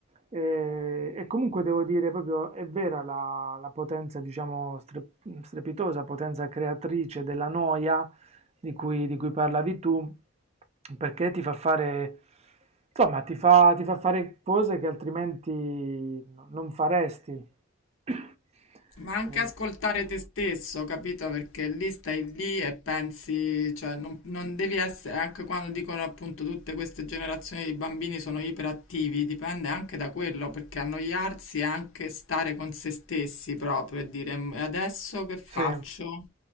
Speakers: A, on the right (about 30°); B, on the left (about 75°).
A: E, e comunque devo dire proprio è vera la, la potenza, diciamo, stre- strepitosa, potenza creatrice della noia di cui, di cui parlavi tu, perché ti fa fare, insomma, ti fa, ti fa fare cose che altrimenti no- non faresti. <clears throat>
B: Ma anche
A: Eh,
B: ascoltare te stesso, capito? Perché lì stai lì e pensi, cioè non, non devi essere, anche quando dicono appunto tutte queste generazioni di bambini sono iperattivi, dipende anche da quello, perché annoiarsi è anche stare con se stessi proprio e dire "M- adesso che faccio?
A: Sì,